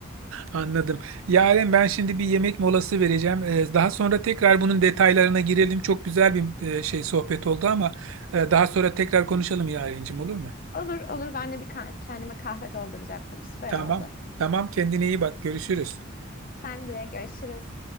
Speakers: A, on the right (about 85°); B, on the left (about 45°).
A: Anladım. Yaren ben şimdi bir yemek molası vereceğim. Ee, daha sonra tekrar bunun detaylarına girelim. Çok güzel bir e, şey sohbet oldu ama e, daha sonra tekrar konuşalım Yarencim olur mu?
B: Olur olur ben de bir kah- kendime kahve dolduracaktım. Süper
A: Tamam.
B: oldu.
A: Tamam kendine iyi bak. Görüşürüz.
B: Sen de görüşürüz.